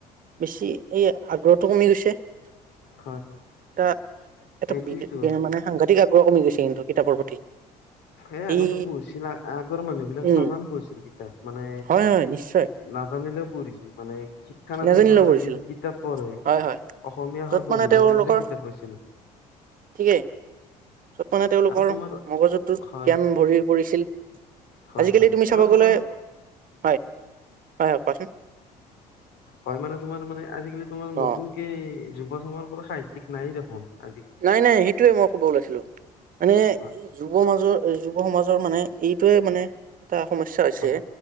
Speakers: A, on the right (about 40°); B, on the left (about 55°).
A: বেছি এই আগ্ৰহটো কমি গৈছে। <inaudible>
B: হয়
A: এটা
B: সেইটোৱেতো
A: বেয়া মানে সাংঘাতিক আগ্ৰহ কমি গৈছে কিন্তু কিতাপৰ প্ৰতি।
B: এ, আগতে
A: এই
B: পঢ়িছিলা আগৰ মানুহবিলাকে
A: উম
B: টামাম পঢ়িছিল কিতাপ মানে
A: হয় হয় নিশ্চয়
B: নাজানিলেও পঢ়িছিল মানে কি শিক্ষা নাথাকিব
A: নাজানিলেও
B: পাৰে
A: পৰিছিল
B: কিন্তু কিতাপ পঢ়ে,
A: হয় হয়
B: অসমীয়া <unintelligible>
A: য'ত
B: পঢ়িব
A: মানে তেওঁলোকৰ
B: জানিলে কিতাপ পঢ়িছিল।
A: ঠিকেই চব মানে তেওঁলোকৰ
B: আৰু তোমাৰ
A: মগজুটোত জ্ঞান
B: হয়
A: ভৰি পৰিছিল।
B: হয়
A: আজিকালি
B: হয়
A: তুমি চাব
B: আৰু
A: গ'লে
B: তোমাৰ
A: হয়, হয়, হয়, কোৱাচোন।
B: হয়, মানে তোমাৰ মানে আজিকালি তোমাৰ
A: অ
B: নতুনকে যুৱ চামৰ পৰা সাহিত্যিক নাইয়ে দেখোন আজিকালি।
A: নাই, নাই সেইটোৱে মই ক'ব ওলাইছিলোঁ মানে
B: হয়
A: যুৱ মাজৰ যুৱ সমাজৰ মানে এইটোয়ে মানে এটা সমস্যা হৈছে
B: হয়